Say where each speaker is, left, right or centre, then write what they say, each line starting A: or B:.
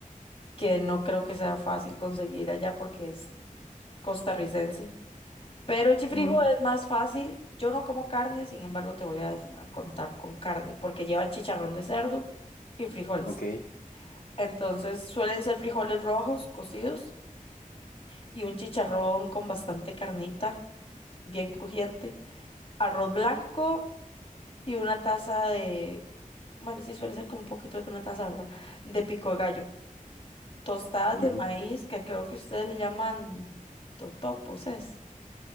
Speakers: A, on the left (about 40°); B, on the left (about 70°).
A: que no creo que sea fácil conseguir allá porque es costarricense. Pero el chifrijo
B: mm,
A: es más fácil. Yo no como carne, sin embargo, te voy a, des- a contar con carne porque lleva chicharrón de cerdo y frijoles.
B: ok.
A: Entonces, suelen ser frijoles rojos cocidos y un chicharrón con bastante carnita, bien crujiente, arroz blanco y una taza de, bueno, sí suele ser como un poquito de una taza, ¿verdad? De pico de gallo, tostadas
B: ujú.
A: de maíz, que creo que ustedes le llaman totopos, es.